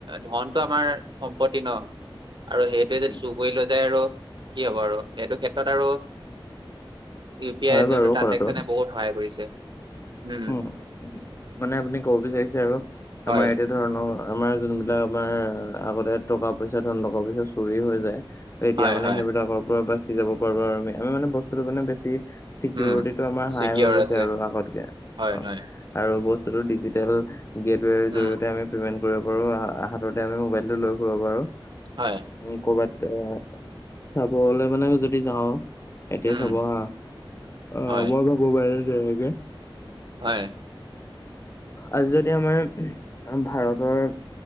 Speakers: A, on the right; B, on the left.
A: ধনটো আমাৰ সম্পত্তি ন! আৰু
B: উম,
A: সেইটো য়ে যদি
B: উম,
A: চুৰ কৰি লৈ যায় আৰু। কি হ'ব আৰু সেইটো ক্ষেত্ৰত আৰু। ইউ পি
B: হয়
A: আইৰ
B: বাৰু
A: যোনটো ট্ৰান্জেকচনে
B: কথাটো।
A: বহুত সহায় কৰিছে। উম
B: উম্, মানে আপুনি ক'ব বিচাৰিছে আৰু
A: হয়
B: আমাৰ ইয়াতে ধৰণৰ, আমাৰ যোনবিলাক আমাৰ আগতে টকা-পইচা, ধন টকা-পইচা চুৰি হৈ যায়। এতিয়া
A: হয়
B: মানে
A: হয়
B: সেইবিলাকৰ পৰা বাচি যাব পাৰোঁ আৰু আমি, আমি মানে বস্তুটো কাৰনে বেছি ছিকিউৰিটিটো
A: উম,
B: আমাৰ
A: চিকিয়ৰ
B: হাই হৈ গৈছে
A: আছে
B: আৰু আগতকে।
A: হয়
B: অ
A: হয়।
B: আৰু বস্তুটো ডিজিটেল গেটৱেৰ
A: উম,
B: জৰিয়তে আমি পেমেণ্ট কৰিব পাৰোঁ, হাততে আমি মোবাইলটো লৈ ফুৰিব পাৰোঁ।
A: হয়।
B: উম্, ক'ৰবাত এ চাবলৈ মানে যদি যাওঁ, এতিয়া
A: উম,
B: চাবা হা, অ',
A: হয়,
B: মই ভাবোঁ মানে যেনেকে
A: হয়।
B: আজি যদি আমাৰ ভাৰতৰ